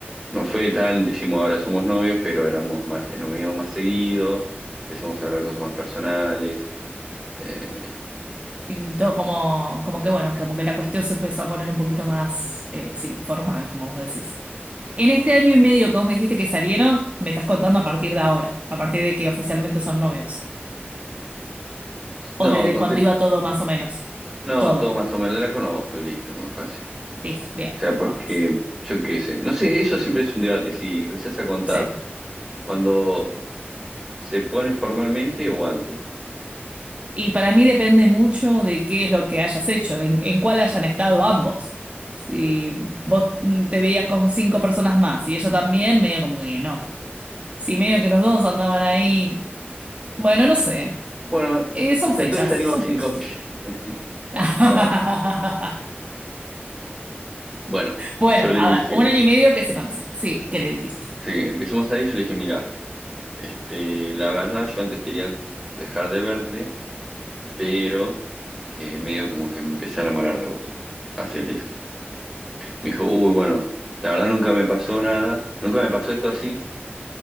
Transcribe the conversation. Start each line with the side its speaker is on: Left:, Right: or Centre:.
Centre: no fue tan, dijimos, ahora somos novios, pero éramos más, eh, nos veíamos más seguido, empezamos a hablar cosas más personales. eh,
Right: Pintó como, como que bueno, como que la cuestión se empezó a poner un poquito más, eh, sí, formal, como vos decís. En este año y medio que vos me dijiste que salieron, me estás contando a partir de ahora, a partir de que oficialmente son novios,
Centre: no,
Right: o desde
Centre: conté,
Right: cuando iba todo más o menos.
Centre: no,
Right: Todo.
Centre: todo más o menos, la conozco y listo, más fácil.
Right: Listo,
Centre: O
Right: bien,
Centre: sea, porque,
Right: más fácil.
Centre: yo qué sé, no sé, eso siempre es un debate, si empezás a contar
Right: Sí.
Centre: cuando se ponen formalmente o antes.
Right: Y para mí depende mucho de qué es lo que hayas hecho, de en, en cuál hayan estado ambos. Si vos mm, te veías con cinco personas más y ella también, medio como que no. Si medio que los dos andaban ahí, bueno, no sé.
Centre: Bueno,
Right: Eh, son
Centre: entonces
Right: fechas,
Centre: salimos
Right: son
Centre: cinco
Right: fechas.
Centre: meses. <laughs>
Right: <laughs>
Centre: Bueno, bueno,
Right: Bueno,
Centre: yo le
Right: a
Centre: dije,
Right: ver, un año y medio que se conoce. Sí, ¿qué le dijiste?
Centre: sí, empezamos a salir, yo le dije, mira, Este, la verdad, yo antes quería dejar de verte, pero eh, medio como que me empecé a enamorar de vos. Así le dije. Me dijo, uy, bueno, la verdad nunca me pasó nada, nunca me pasó esto así,